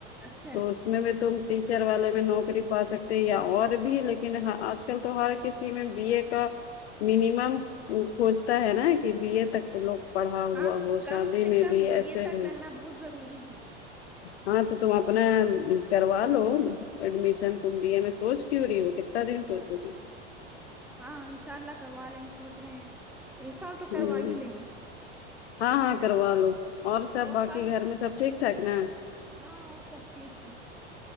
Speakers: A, in the centre; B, on the left.
A: اچھا
B: تو اس تم ٹیچر والے میں نوکری پا سکتے یا اور بھی لیکن آج کل آج کل تو ہر کسی میں بی اے کا منیمم وہ سوچتا ہے نا کہ بی اے تک تو لوگ پڑھا
A: ہاں
B: ہوا ہو
A: کم
B: شادی
A: سے
B: میں
A: کم
B: بھی
A: بی
B: ایسے
A: اے تک
B: بھی
A: رہنا بہت ضروری ہے
B: ہاں تو تم اپنا کروا لو ایڈمیشن تم بی اے میں سوچ کیوں رہی ہو کتنا دن سوچو گی
A: ہاں ان شاء اللہ کروا لیں گے سوچ رہے ہیں ان شاء اللہ تو
B: ہ
A: کروا ہی لیں گے
B: ہاں ہاں کروا لو اور سب
A: دو
B: باقی
A: سال
B: گھر میں سب ٹھیک ٹھاک نا
A: ہاں اور سب ٹھیک ہیں